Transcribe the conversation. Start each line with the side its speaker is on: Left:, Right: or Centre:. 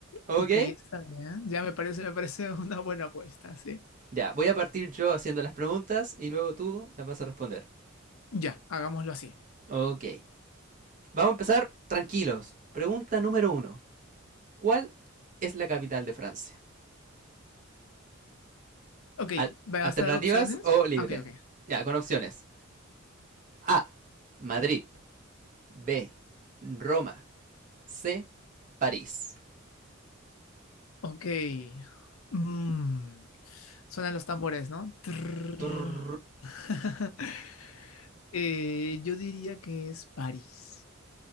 Right: ¿Ok?
Left: ok, está bien. Ya me parece, me parece <laughs> una buena apuesta, ¿sí?
Right: Ya, voy a partir yo haciendo las preguntas y luego tú las vas a responder.
Left: Ya, hagámoslo así.
Right: Ok. Vamos a empezar tranquilos. Pregunta número uno. ¿Cuál es la capital de Francia?
Left: Ok,
Right: Al-
Left: ¿me
Right: ¿Alternativas
Left: ¿vas a dar opciones?
Right: o libre?
Left: Ah, Ok, ok.
Right: Ya, con opciones. A. Madrid. B. Roma. C. París.
Left: Ok. Mm, Suenan los tambores, ¿no? Trrr.
Right: Turr.
Left: <laughs> Eh, yo diría que es París.